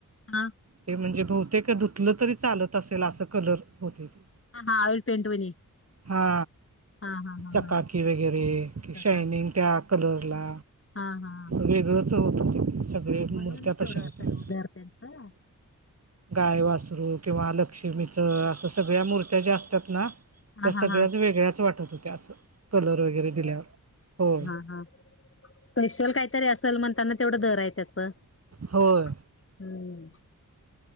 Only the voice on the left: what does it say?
हा
हा हा विळ पेंट वणी.
हा हा हा
हा
प्रकाश
हा हा.
म्हणून
तेवढं
असेल हो. <unintelligible> हा.
हा
हा हा
ह हा. <inaudible> स्पेशल काहीतरी असेल म्हणताना तेवढं दर आहे त्याच <inaudible>
ह्.